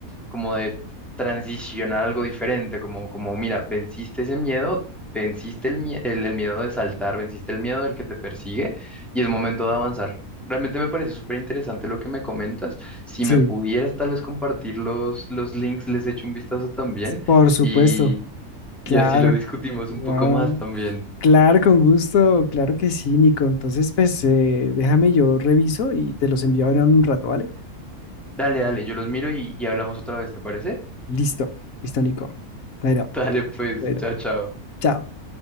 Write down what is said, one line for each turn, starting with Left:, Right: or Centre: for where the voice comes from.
Centre: como de transicionar algo diferente, como, como, mira, venciste ese miedo, venciste el, mie- el, el miedo de saltar, venciste el miedo del que te persigue y es momento de avanzar. Realmente me parece súper interesante lo que me comentas. Si
Left: sí,
Centre: me pudieras tal vez compartir los, los links, les echo un vistazo también
Left: por supuesto,
Centre: y,
Left: claro.
Centre: y así lo discutimos
Left: Guau.
Centre: un poco más también.
Left: Claro, con gusto, claro que sí, Nico. Entonces, pues eh, déjame yo reviso y te los envío ahora en un rato, ¿vale?
Centre: Dale, dale, yo los miro y, y hablamos otra vez, ¿te parece?
Left: Listo, listo, Nico. Bueno,
Centre: <laughs> Dale, pues,
Left: bueno,
Centre: chao, chao.
Left: chao.